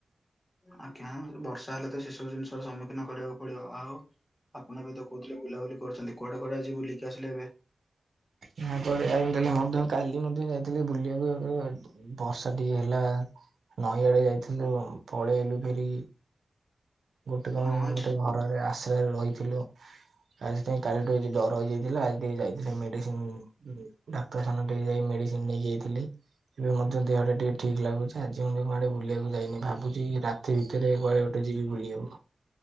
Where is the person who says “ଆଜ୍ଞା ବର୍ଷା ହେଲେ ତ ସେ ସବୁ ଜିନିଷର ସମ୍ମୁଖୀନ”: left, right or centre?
Left